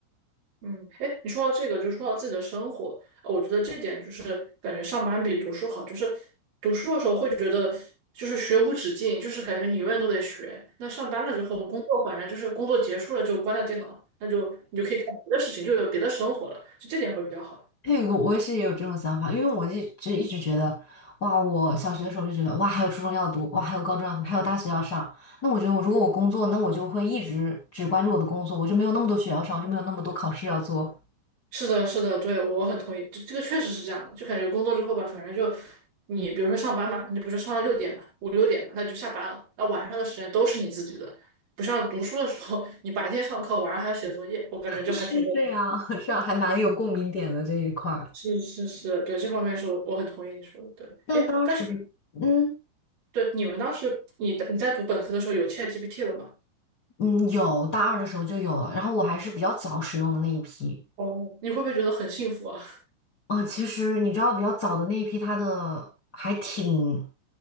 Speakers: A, on the right (about 45°); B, on the left (about 70°).
A: 嗯，哎，你说到这个，就说到自己的生活，呃我觉得这点就是感觉上班比读书好，就是读书的时候会觉得就是学无止境，就是感觉你永远都得学。那上班了之后，工作反正就是工作结束了就关了电脑，那就你就可以干别的事情，就有别的生活了，就这点会比较好。
B: 对，我我也是也有这种想法，因为我一直一直觉得，哇，我小学的时候就觉得，哇，还有初中要读，哇，还有高中要读，还有大学要上。那我觉得我，如果我工作，那我就会一直只关注我的工作，我就没有那么多学校上，我就没有那么多考试要做。
A: 是的，是的，对，我很同意，这这个确实是这样的，就感觉工作之后吧，反正就你比如说上班嘛，你不是上到六点嘛，五六点嘛，那就下班了，那晚上的时间都是你自己的，不像读书的时候，你白天上课，晚上还要写作业，我感觉就还挺累的。
B: <laughs> 是这样，<laughs> 是啊，还蛮有共鸣点的这一块儿。
A: 是是是，对，这方面是我我很同意你说的，
B: 但当时，
A: 对，哎，但是
B: 嗯
A: 对你们当时你你在读本科的时候有 ChatGPT 了吗？
B: 嗯，有大二的时候就有了，然后我还是比较早使用的那一批。
A: 哦，你会不会觉得很幸福啊？
B: 嗯，其实你知道，比较早的那一批，它的还挺，